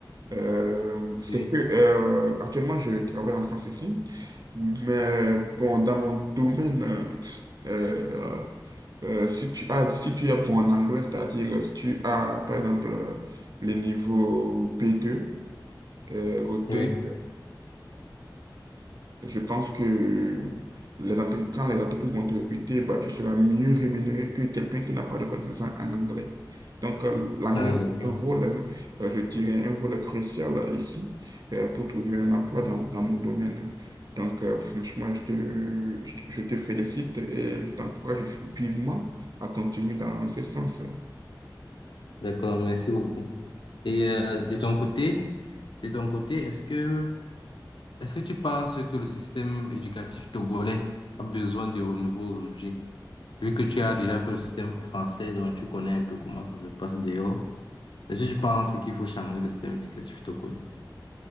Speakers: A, on the right (about 55°); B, on the left (about 85°).
A: Euh, c'est
B: Oui.
A: que euh, actuellement je travaille en France ici, mais bon, dans mon domaine, euh, euh, euh, si tu as, si tu es bon en anglais, c'est-à-dire euh, si tu as par exemple euh, le niveau b deux euh, au TOEIC,
B: Oui,
A: je pense que les entre- quand les entreprises vont te recruter, bah, tu seras mieux rémunéré que quelqu'un qui n'a pas de connaissances en anglais. Donc, euh, l'anglais
B: ah, d'accord.
A: joue un rôle, euh, euh, je dirais, un rôle crucial euh, ici euh, pour trouver un emploi dans, dans mon domaine. Donc, euh, franchement, je te, je te je te félicite et je t'encourage vivement à continuer dans ce sens.
B: D'accord, merci beaucoup. Et euh, de ton côté, de ton côté, est-ce que est-ce que tu penses que le système éducatif togolais a besoin de renouveau aujourd'hui? Vu que tu as déjà fait le système français, donc tu connais un peu comment ça se passe dehors. Est-ce que tu penses qu'il faut changer le système éducatif togolais?